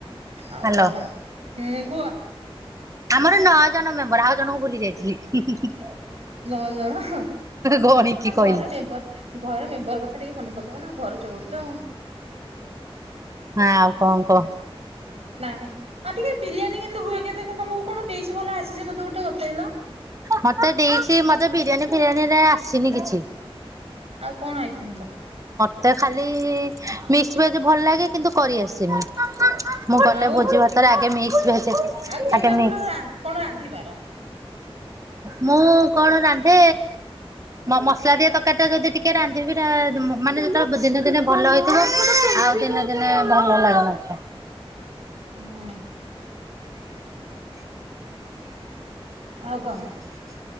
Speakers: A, on the right; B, on the right.
A: ଆଉ
B: ହାଲୋ।
A: କଣ ହୁଁ କୁଅ।
B: ଆମର ନଅ ଜଣ ମେମ୍ବର ଆଉ ଜଣଙ୍କୁ ଭୁଲି ଯାଇଥିଲି। ହୁଁଁ ହୁଁ ହୁଁ।
A: ନଅ ଜଣ
B: ଗଣିକି କହିଲି।
A: ଘର ମେମ୍ବର ଘର ମେମ୍ବର କ କଥା ଟିକେ ମନେ ପକେଇିବ ନା ଘର ଚଳୁଚ।
B: ଆଉ
A: ହଁ
B: କଣ
A: ହଁ
B: କହ
A: ନାଇଁ ଆଉ ଟିକେ ବିରିୟାନୀ କେନ୍ତୁ ହୁଏ କେ ତମକୁ କଣ ଦେଇଛି ଭଲ ଆସିଛି ମତେ ଗୋଟେ ଗତେଇଲା।
B: ମତେ ଦେଇଛି ମତେ ତ ବିରିୟାନୀ ଫିରିୟାନୀ ରେ ଆସିନି କିଛି।
A: ଆଉ କଣ ଆଇଛି ମୁଲ
B: ତ ଖାଲି ମିକ୍ସ ଭେଜ ଭଲ ଲାଗେ କିନ୍ତୁ କରିଆସିନି। ମୁଁ କଲେ
A: ଆଉ
B: ଭୋଜି ଭାତରେ ଆଗେିକ୍ସ ଭଜେ
A: ଆଉ ତମେ
B: ଆଗେକସ
A: ଭଲ ରା କଣ ରାନ୍ଧିପାର
B: ମୁଁ କଣ ରାନ୍ଧେ ମସଲା ଦିଏ ତରକାରୀ ଟ ଯଦି ଟିକେ ରାନ୍ଧିବି ମାନେ ଯେତେବେଳେ ଦିନେ ଦିନେ ଭଲ ହେଇଥିବ ଆଉ ଦିନେ ଦିନେ ଭଲ ଲାଗନ
A: ହଁ ଆଉ କଣ